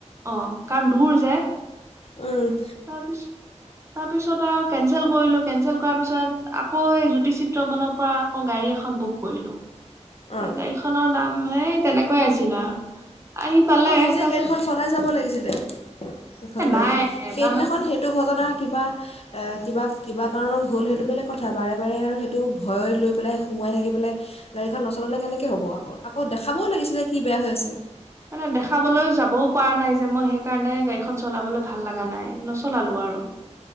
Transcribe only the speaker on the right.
অ, কাৰণ দূৰ যে।
তাৰপিছত, তাৰ পিছত আৰু কেনচেল কৰিলো, কেনচেল কৰাৰ পিছত আকৌ এই জ্যোতি চিত্ৰবনৰ পৰা আকৌ গাড়ী এখন বুক কৰিলো।
তাৰ গাড়ীখনৰ নাম হেই তেনেকুৱাই আছিল আৰু। আহি পালে
তাৰপিছত
এ
নাই এবাৰ
মানে
মানে দেখাবলৈ যাবও পৰা নাই যে, মই সেই কাৰণে গাড়ীখন চলাবলৈ ভাল লগা নাই, নচলালো আৰু।